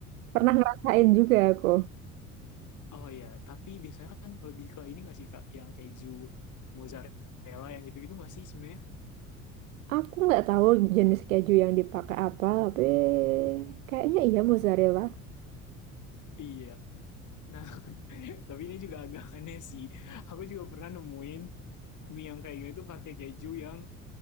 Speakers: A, on the right; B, on the left.
A: Pernah
B: Iya.
A: ngerasain juga aku.
B: Oh iya, tapi biasanya kan lebih ke ini nggak sih Kak, yang keju mozzarella yang gitu-gitu nggak sih sebenarnya?
A: Aku nggak tahu jenis keju yang dipakai apa, tapi kayaknya iya mozzarella.
B: Iya. Nah, <laughs> tapi ini juga agak <laughs> aneh sih. Aku juga pernah nemuin mie yang kayak gini tuh pakai keju yang